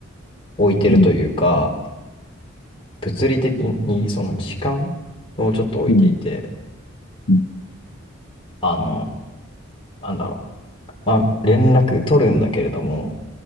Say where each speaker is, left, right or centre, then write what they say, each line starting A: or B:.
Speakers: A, on the left; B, on the left.
A: 置いてるというか、
B: うん。
A: 物理的にその時間をちょっと置いていて、
B: うん。うん
A: あの、なんだろう。まあ、連絡取るんだけれども、